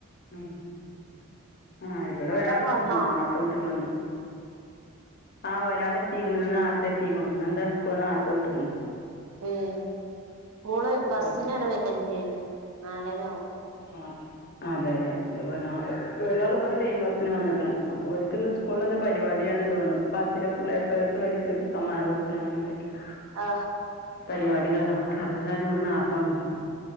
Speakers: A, on the left; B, on the right.
A: ഉം ആ ഇവിടെ
B: നിങ്ങൾതൊക്കെ
A: ഒരാള് വന്നു
B: വന്നോ
A: നാര്ത്തെ വിട്ടു ക്ണ്ന്ന് ആ ഒരാള് എത്തീക്ക്ണ് ഇന്ന് നേരെത്തെ എത്തീക്ണു ഇന്ന് ന്തോ സ്കൂൾ നേരെത്തെ വിട്ട്ക്ക്ണ്
B: ഉം ഓള് ബസ്സിന്
A: ഉം
B: ആണ് വര് <unintelligible> നാലര ആവും
A: ആ അതെ അതെ <unintelligible> ഒരാള് ഇവിടെ ലൈൻ ബസ്സിന് വന്ന്ക്കണ് അപ്പൊ ഓൽക്കിന്ന് സ്കൂളിൽ എന്തോ പ രിപാടി ആണ് തോണ് പത്തിലെ ഫുൾ എ പ്ലസ് വെടിചോൽക്ക് സമ്മാനം കൊടുക്കൽ അങ്ങനെ എന്തൊക്കയോ
B: ആ
A: പരിപാടികൾ നടക്കാണ് അപ്പൊ അത് കാരണം ഓര് നേരത്തെ വന്ന്ക്കണ്